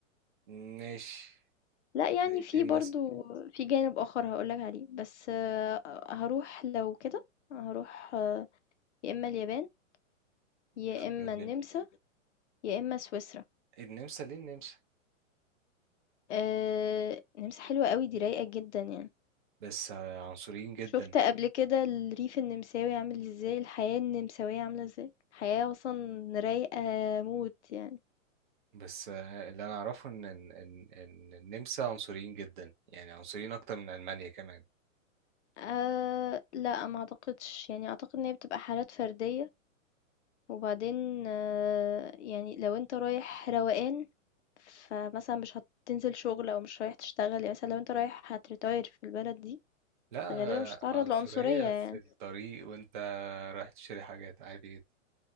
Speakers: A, on the right; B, on the left.
A: ماشي
B: لا يعني
A: زي
B: في
A: ايه مثلا
B: برضو في جانب آخر هقولك عليه بس آه، هروح لو كده هروح آه، يا إما اليابان يا
A: اختيار
B: إما
A: جميل
B: النمسا يا إما سويسرا
A: النمسا ليه النمسا؟
B: آآ، النمسا حلوة أوي دي رايقة جدًا يعني.
A: بس آه، عنصريين جدا
B: شُفت قبل كده الريف النمساوي عامل إزاي، الحياة النمساوية عاملة إزاي؟ حياة أصلًا رايقة موت يعني.
A: بس آه، اللي انا اعرفه ان ان ان إن النمسا عنصريين جدا يعني عنصريين اكتر من المانيا كمان
B: آآ، لأ ما أعتقدش، يعني أعتقد إن هي بتبقى حالات فردية، وبعدين أه يعني لو أنت رايح روقان، فمثلًا مش هتنزل شغل أو مش رايح تشتغل، يعني مثلًا لو أنت رايح هتretire في البلد دي،
A: لا
B: غالبًا مش هتتعرّض
A: آه، عنصرية
B: لعنصرية يعني.
A: في الطريق وانت رايح تشتري حاجات عادي جدا